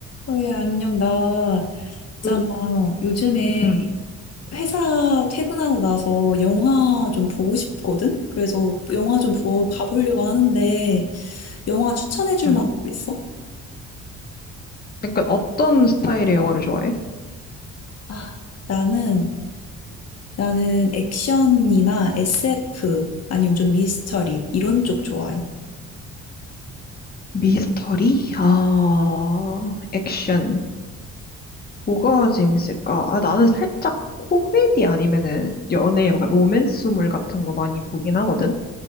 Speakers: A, on the left; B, on the left.
A: 왜 안녕 나 있잖아
B: 요즘,
A: 요즘에
B: 음,
A: 회사 퇴근하고 나서 영화 좀 보고 싶거든 그래서 영화 좀 보, 봐보려고 하는데 영화 추천해줄
B: 음.
A: 만한 거 있어?
B: 약간 어떤 스타일의 영화를 좋아해?
A: 아 나는 나는 액션이나 SF 아니면 좀 미스터리 이런 쪽 좋아해
B: 미스터리? 아, 액션. 뭐가 재밌을까? 아, 나는 살짝 코미디 아니면은 연애, 막 로맨스물 같은 거 많이 보긴 하거든?